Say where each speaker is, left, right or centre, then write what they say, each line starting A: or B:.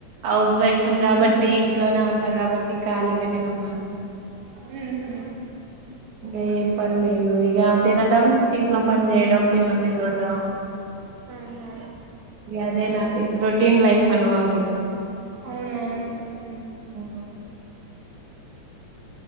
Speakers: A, on the right; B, on the right.
A: హౌస్ వైఫ్ ని కాబట్టి
B: మ్మ్హ్మ్.
A: ఇంట్లోనే ఉన్నా కాబట్టి ఖాళీగానే ఉన్నా
B: మ్మ్హ్మ్.
A: ఏ పని లేదు ఇక తినడం ఇంట్లో పని చేయడం పిల్లోని చూడడం
B: ఆహా.
A: అదే నాది రొటీన్ లైఫ్ అన్నమాట ఇగా
B: అవునవును మ్మ్.
A: ఓ